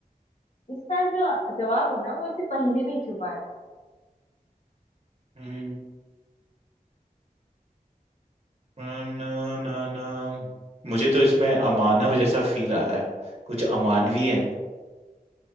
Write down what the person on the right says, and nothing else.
हम्म, न, न, न, मुझे तो इसमें अमानव जैसा फील आ रहा है कुछ अमानवीय है